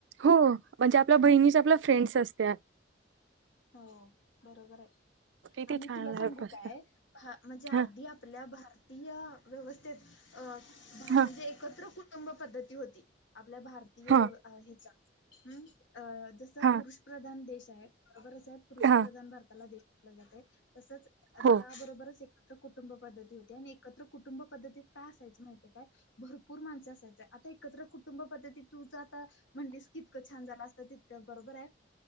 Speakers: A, on the right; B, on the left.
A: हो म्हणजे आपल्या बहिणीच आपल्या फ्रेंड्स असत्या.
B: हो बरोबर आय
A: किती
B: आणि
A: छान
B: तुला सांगू
A: लाईफ असत
B: काय? भा म्हणजे आधी
A: हा
B: आपल्या भारतीय व्यवस्थेत अ
A: हा
B: म्हणजे एकत्र कु टुंब पद्धती होती. आपल्या भारतीय
A: हा
B: व्यव हेचा. हम्म. अ जसं
A: हा
B: पुरुषप्रधान देश ते बरच् आय पुरुष
A: हा
B: प्रधान भारताला देश लगतय तसंच त्याबरोबरच
A: हो
B: एक कुटुंब पद्धती होते आणि एकत्र कुटुंब पद्धतीत काय असायचं माहितीय काय भरपूर माणसं असायच आता एकत्र कुटुंब पद्धतीत तुचं आता म्हणटलीस तितकं छान झालं असतं तितकं बरोबर आहे